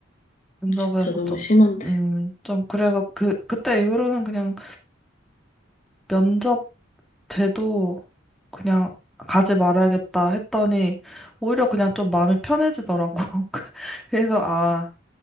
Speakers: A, in the centre; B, on the left.
A: 면접에서
B: 진짜 너무
A: 좀,
B: 심한데.
A: 음, 좀 그래서 그, 그때 이후로는 그냥 면접 돼도 그냥 가지 말아야겠다 했더니 오히려 그냥 좀 마음이 편해지더라고. <laughs> 그래서 아,